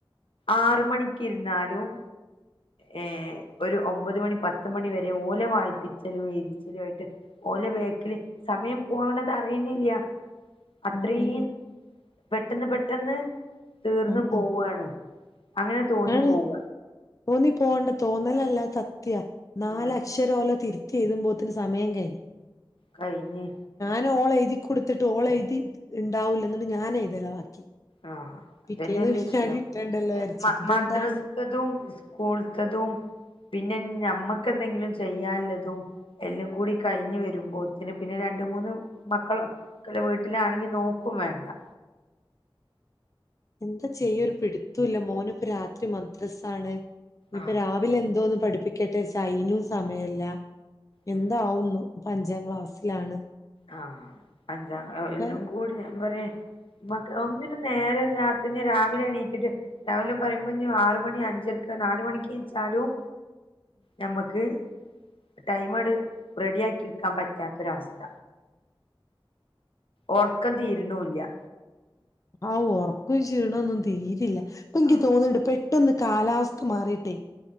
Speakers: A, on the left; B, on the left.
A: ആറ മണിക്കിരിന്നാലും. ഏ ഒരു ഒമ്പത് മണി, പത്ത് മണി വരെ ഓലെ വായിപ്പിച്ചലും എഴുതിച്ചലും ആയിട്ട് ഓലെ വേക്കില് സമയം പോകണ്ടത് അറിയുന്നില്ല അത്രേം
B: ഉം ഉം ഉം
A: പെട്ടെന്ന് പെട്ടെന്ന് തീർന്ന്
B: ഉം
A: പോവ്വാണ്
B: ഉം
A: അങ്ങനെ തോന്നി
B: ആണ്
A: പോവ
B: തോന്നി പോണ്ട തോന്നലല്ല സത്യ നാലക്ഷരോല
A: ആഹ്
B: തിര് ചെയ്തുമ്പോത്തിന് സമയം കഴിഞ്ഞു
A: കഴിഞ്ഞി
B: ക്കെ ഓള എഴുതി കൊടുത്തിട്ട് ഓള എഴുതി ണ്ടാവുല്ല എന്നണ്ട് ഞാനെയുതല്ല ബാക്കി
A: ആ അതന്നെല്ലേ
B: പിറ്റേന്ന് പിന്നെ
A: <unintelligible>
B: അടി കിട്ടണ്ടല്ലോ വിചാരിച്ചിട്ട് ഇതെന്താണ്
A: മദ്രാസതും കൂളുത്തതും പിന്നെ ഞമ്മക്ക് എന്തെങ്കിലും ചെ യ്യാല്ലതും എല്ലും കൂടി കഴിഞ്ഞ് വരുമ്പോത്തിന് പിന്നെ രണ്ട മൂന്ന് മക്കളില്ല വീട്ടിലാണെങ്കി നോക്കും വേണ്ടാ.
B: എന്താ ചെയ്യാ ഒരു പിടുത്തൂല്ല മോനിപ്പ രാത്രി മദ്രസ ആണ്. ഇപ്പോ
A: ആഹ്
B: രാവിലെ എന്തോന്ന് പഠി പ്പിക്കട്ടേച്ചാ അയിനും സമയില്ല.
A: ഉം
B: എന്താവുന്നു പ്പ അഞ്ചാം ക്ലാസ്സിലാണ്.
A: ആ അഞ്ചാ
B: ഇപ്പ
A: എല്ലും കൂടിയാ <unintelligible> മ്മക്ക് ഒന്നിനും നേരെല്ലാ പിന്നെ രാവിലെ ഏണീറ്റിട്ട് രാവിലെ പറയുമ്പോ ആറ് മണി അഞ്ചരക്ക് നാല് മണിക്ക് നീച്ചാലും ഞമ്മക്ക് ടൈമാട് റെഡിയാക്കി വെക്കാം പറ്റാത്തൊരവസ്ഥ. ഒറ ക്കം തീരനുല്ല്യാ.
B: ആ ഉറക്കം ക്ഷീണൊന്നും തീരില്ല. ഇപ്പ എനിക്ക്
A: ആഹ്
B: തോന്നണ്ട് പെ ട്ടന്ന് കാലാവസ്ഥ മാറിയിട്ടേ <unintelligible>